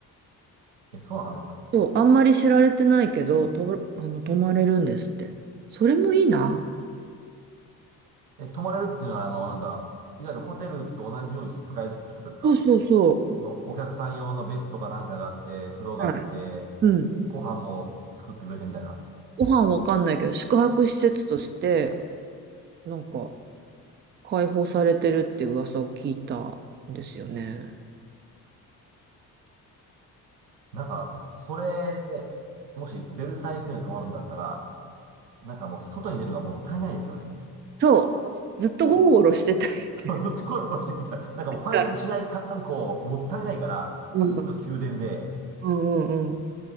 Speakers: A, on the right; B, on the right.
A: え、そうなんですか。
B: そう、あんまり知られてないけど、と、あの、泊まれるんですって。それもいいな。
A: え、泊まれるっていうのは、あの、なんだ、いわゆるホテルと同じようにして使えるってことですか
B: そうそうそ
A: そのお客さん用のベッドかなんかがあって、風呂があって、
B: う。はい。うん。
A: ご飯も作ってくれてみたいな。
B: ご飯わかんないけど、宿泊施設として、なんか、開放されてるっていう噂を聞いたんですよね。
A: なんか、それ、もしベルサイユ宮殿に泊まるんだったら、なんかもう外に出るのがもったいないですよね。
B: そう。ずっとゴロゴロしてたいね。
A: <laughs> ずっとコラボしていた。なんかもうパリ市内観光もったいないから、
B: <laughs> うん。
A: ずっと宮殿で、
B: うんうんうん。